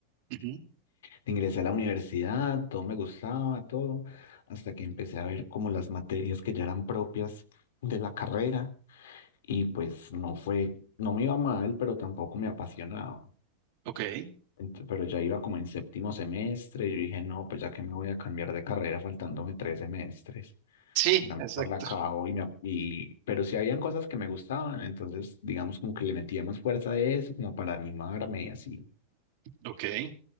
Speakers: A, on the right (about 60°); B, on the left (about 75°).
A: Ujú,
B: Ingresé a la universidad, todo me gustaba, todo, hasta que empecé a ver como las materias que ya eran propias de la carrera y pues no fue, no me iba mal, pero tampoco me apasionaba.
A: Ok.
B: Ent- pero ya iba como en séptimo semestre y yo dije, no, pues ya que me voy a cambiar de carrera faltándome tres semestres,
A: Sí,
B: ya
A: exacto.
B: mejor la acabo y me, ap- y, pero sí habían cosas que me gustaban, entonces digamos como que le metía más fuerza a eso, como para animarme y así.
A: Ok.